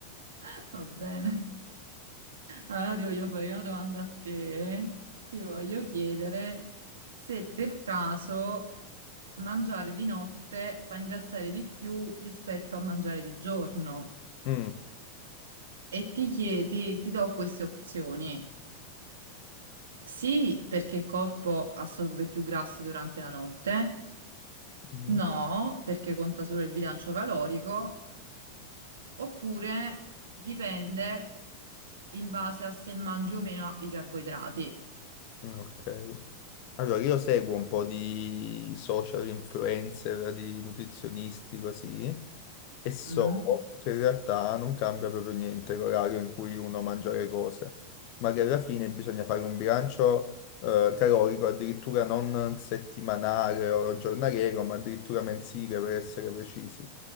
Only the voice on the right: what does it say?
Ah, va bene. Allora ti voglio fare una domanda a te. Ti voglio chiedere se per caso mangiare di notte fa ingrassare di più rispetto a mangiare di giorno.
E ti chiedi, ti do queste opzioni. Sì, perché il corpo assorbe più grassi durante la notte.
No, perché conta solo il bilancio calorico, oppure dipende in base a se mangi o meno i carboidrati.
Mm?